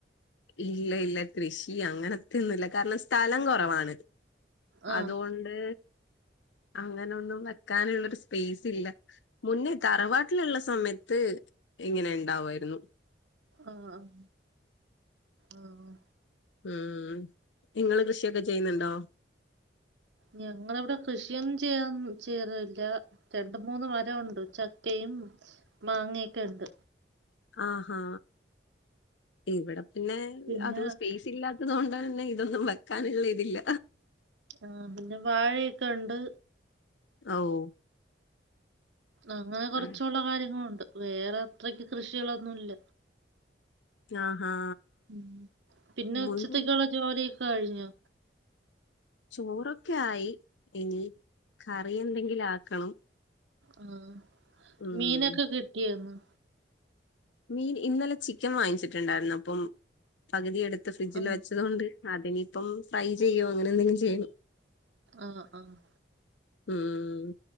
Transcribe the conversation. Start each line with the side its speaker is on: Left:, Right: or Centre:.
Left: ഇല്ല ഇല്ല കൃഷി അങ്ങനത്തെ ഒന്നുല്ല കാരണം സ്ഥലം കൊറവാണ്.
Right: ആ
Left: അതുകൊണ്ട് അങ്ങനെയൊന്നും വെക്കാനുള്ളൊരു സ്പേസ് ഇല്ല. മുന്നേ തറവാട്ടിലുള്ള സമയത്ത് ഇങ്ങനെ ഉണ്ടാവായിരുന്നു.
Right: ആഹ് ആഹ് ആഹ്
Left: ഉം നിങ്ങള് കൃഷിയൊക്കെ ചെയ്യ്ന്നുണ്ടോ?
Right: ഞങ്ങിവിടെ കൃഷിയൊന്നും ചെയ്യാൻ ചെയ്യാറില്ല. രണ്ട് മൂന്ന് മരവുണ്ട് ചക്കയും, മാങ്ങയൊക്കെ ഉണ്ട്.
Left: ആഹാ ഇവിടെ പിന്നെ
Right: പിന്നെ
Left: അത് സ്‌പേസ് സില്ലാത്തത് കൊണ്ട് പിന്നെ ഇതൊന്നും വെക്കാനുള്ള ഇതില്ല.
Right: ആഹ് പിന്നെ വാഴയൊക്കെ ഉണ്ട്.
Left: ആഹ് ഓഹ്
Right: അങ്ങനെ കൊറച്ചുള്ള
Left: ആ.
Right: കാര്യങ്ങളുണ്ട് വേറെ അത്രയ്ക്ക് കൃഷികളൊന്നുല്ല.
Left: ആഹാ
Right: ഉം പിന്നെ
Left: മുഴുവൻ
Right: ഉച്ചത്തേക്കുള്ള ജോലിയൊക്കെ കഴിഞ്ഞോ?
Left: ചോറൊക്കെ ആയി ഇനി കറി എന്തെങ്കിലും ആക്കണം.
Right: ആഹ്
Left: ഉം
Right: മീനൊക്കെ കിട്ടിയൊ ഇന്ന്?
Left: മീൻ ഇന്നലെ ചിക്കൻ വാങ്ങിച്ചിട്ടുണ്ടായിരുന്നു അപ്പം പകുതി എടുത്ത് ഫ്രിഡ്ജില്
Right: ആ
Left: വെച്ചത് കൊണ്ട് അതിനിപ്പം ഫ്രൈ ചെയ്യോ അങ്ങനെ എന്തെലും ചെയ്യണം.
Right: ആഹ് ആഹ്
Left: ഉം